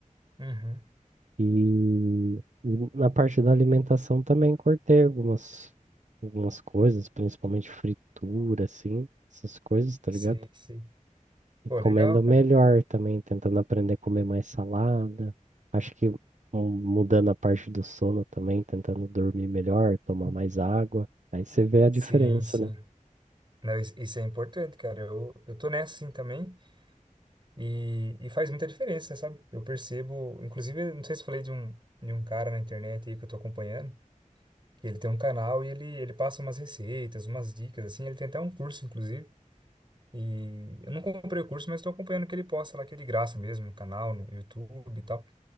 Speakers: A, on the right; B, on the right.
A: uhum.
B: E, e na parte da alimentação também cortei algumas, algumas coisas, principalmente fritura, assim, essas coisas, tá
A: Sei,
B: ligado?
A: sei.
B: E
A: Pô,
B: comendo
A: legal, cara.
B: melhor também, tentando aprender a comer mais salada. Acho que um, mudando a parte do sono também, tentando dormir melhor, tomar mais água. Aí você vê a diferença,
A: Sim, sim.
B: né?
A: Não, isso isso é importante, cara. Eu, eu tô nessa assim também e, e faz muita diferença, sabe? Eu percebo, inclusive, eu não sei se falei de um, de um cara na internet aí que eu tô acompanhando, que ele tem um canal e ele, ele passa umas receitas, umas dicas, assim. Ele tem até um curso, inclusive. E eu não comprei o curso, mas tô acompanhando o que ele posta lá, que é de graça mesmo, no canal, no YouTube e tal.